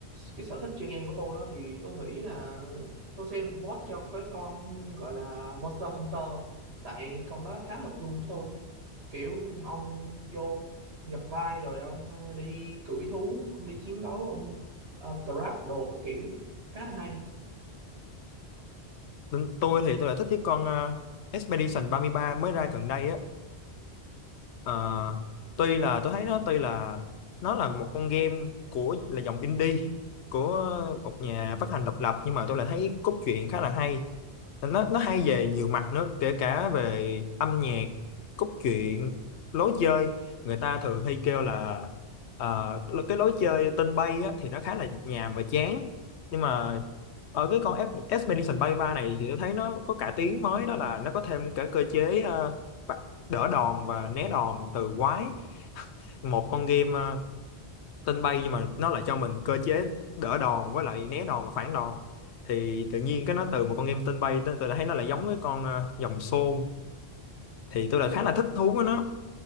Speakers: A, on the right; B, on the left.
A: cái sở thích chơi game của tôi á, thì tôi nghĩ là tôi sẽ vote cho cái con gọi là Monster Hunter tại con đó khá hợp gu của tôi kiểu ông vô nhập vai rồi ông ờ, đi cưỡi thú ông đi chiến đấu ông ờ, grab đồ các kiểu khá là hay
B: Bên Tôi thì tôi là thích cái con ờ, Expedition ba mươi ba mới ra gần đây á. Ờ, tuy là tôi thấy nó tuy là nó là một con game của là dòng indie của một nhà phát hành độc lập nhưng mà tôi lại thấy cốt truyện khá là hay. nó nó hay về nhiều mặt nữa kể cả về âm nhạc cốt truyện lối chơi người ta thường hay kêu là ờ, cái lối chơi tên bay á, thì nó khá là nhàm và chán nhưng mà ở cái con F- Expedition Bay 3 này thì tôi thấy nó có cải tiến mới đó là nó có thêm cả cơ chế ờ, phạt- đỡ đòn và né đòn từ quái một con game ờ, tên bay nhưng mà nó lại cho mình cơ chế đỡ đòn với lại né đòn và phản đòn thì tự nhiên cái nó từ một con game tên bay tôi tôi đã thấy nó lại giống với con ờ, dòng xôn thì tôi lại khá là thích thú với nó